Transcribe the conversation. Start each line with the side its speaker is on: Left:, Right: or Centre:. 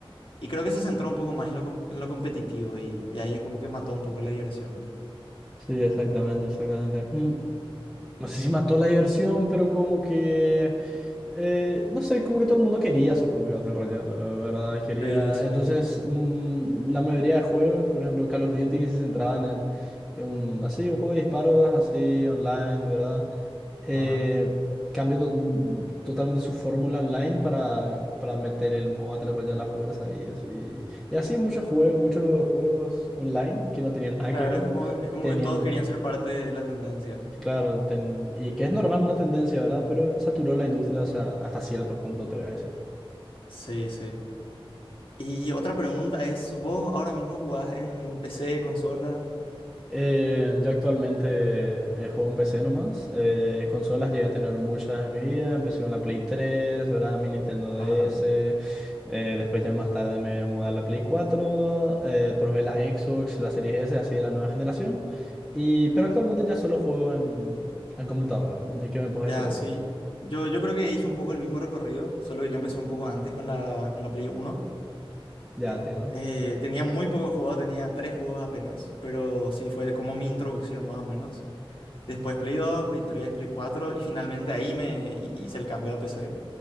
Left: Y creo que se centró un poco más en lo, co- en lo competitivo y, y ahí es como que mató un poco la diversión.
Centre: Sí, exactamente, exactamente. Mm, No sé si mató la diversión, pero como que... eh, no sé, como que todo el mundo quería su propio Battle Royale, la verdad, quería...
Left: Sí, sí.
Centre: Entonces, mm, la mayoría de juegos, por ejemplo, Call of Duty, que se centraban en, en un, así, un juego de disparos, así, online, ¿verdad? Eh,
Left: Ajá.
Centre: cambió to- mm, totalmente su fórmula online para, para meter el modo Battle Royale a la fuerza y eso. Y, y así muchos juegos, muchos juegos online que no tenían nada
Left: Claro,
Centre: que ver,
Left: es como, es como
Centre: tenían...
Left: que todos querían ser parte de la tendencia.
Centre: Claro, ten- y que es normal una tendencia, ¿verdad? Pero saturó la industria hasta, hasta cierto punto, te voy a decir.
Left: Sí, sí. Y otra pregunta es, ¿vos ahora mismo jugás en PC, consola?
Centre: Eh, yo actualmente eh, juego en PC nomás. eh, consolas llegué a tener muchas en mi vida. Empecé con la Play 3, ¿verdad? Mi Nintendo DS.
Left: Ajá.
Centre: eh, después ya más tarde me mudé a la Play 4, eh, probé la Xbox, la Series S, así de la nueva generación. Y, pero actualmente ya solo juego en, en computadora. ¿Qué me puedes
Left: Ya,
Centre: decir vos?
Left: sí. Yo, yo creo que hice un poco el mismo recorrido, solo que yo empecé un poco antes con la, con la Play uno
Centre: Ya entiendo.
Left: Eh, tenía muy pocos juegos, tenía tres juegos apenas, pero sí fue como mi introducción más o menos. Después Play 2 Play 3 Play 4 y finalmente ahí me hi- hice el cambio a PC.